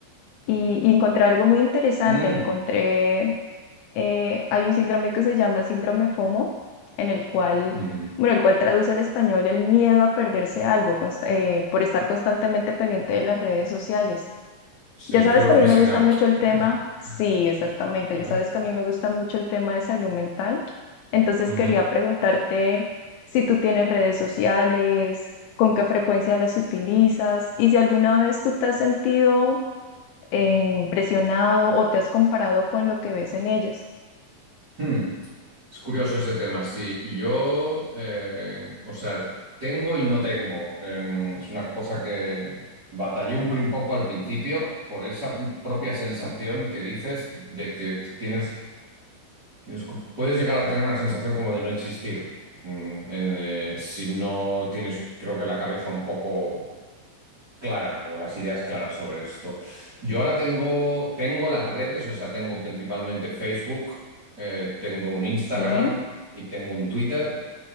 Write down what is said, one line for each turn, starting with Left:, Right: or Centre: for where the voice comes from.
Left: y, y encontré algo muy interesante.
Right: Mm,
Left: Encontré, eh, hay un síndrome que se llama síndrome FOMO, en el cual,
Right: ujú.
Left: bueno, el cual traduce al español el miedo a perderse algo const- eh, por estar constantemente pendiente de las redes sociales.
Right: Sí,
Left: Ya sabes
Right: fear
Left: que
Right: of
Left: a mí
Right: missing
Left: me gusta
Right: out.
Left: mucho el tema,
Right: <laughs>
Left: sí, exactamente,
Right: ¿No?
Left: ya sabes que a mí me gusta mucho el tema de salud mental, entonces
Right: Ujú.
Left: quería preguntarte si tú tienes redes sociales, con qué frecuencia las utilizas y si alguna vez tú te has sentido em, presionado o te has comparado con lo que ves en ellas.
Right: Hmm. Es curioso ese tema. Sí, yo, eh, o sea, tengo y no tengo. Em, es una cosa que batallé un prin- poco al principio por esa propia sensación que dices de que tienes, tienes- puedes llegar a tener una sensación como de no existir. Mm, eh, si no tienes, creo que la cabeza un poco clara o las ideas claras sobre esto. Yo ahora tengo, tengo las redes, o sea, tengo principalmente Facebook, eh, tengo un Instagram
Left: Sí,
Right: y tengo un Twitter.